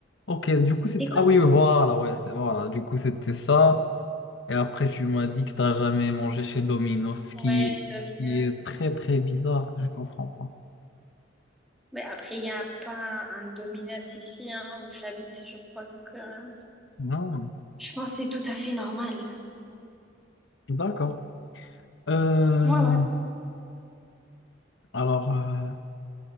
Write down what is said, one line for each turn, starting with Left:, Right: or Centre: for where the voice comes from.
Left: ok, du coup, c'était.
Centre: C'était quoi?
Left: Ah oui, oui, voilà, ouais, c'est- voilà. Du coup, c'était ça. Et après, tu m'as dit que t'as jamais mangé chez Domino's, ce
Centre: Ouais,
Left: qui,
Centre: Domino's.
Left: ce qui est très, très bizarre. Je comprends pas.
Centre: Mais après, il n'y a pas un Domino's ici, hein, où j'habite, je crois. Donc, euh,
Left: Non,
Centre: je pense que c'est tout à fait normal.
Left: d'accord. Euh,
Centre: Ouais, ouais.
Left: Alors, euh,